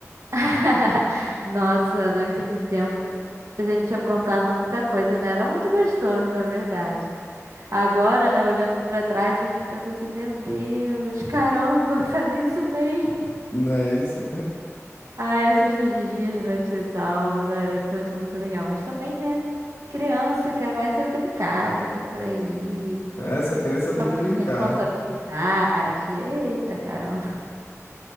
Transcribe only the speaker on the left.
Não é isso?
É, só queria saber
de brincar.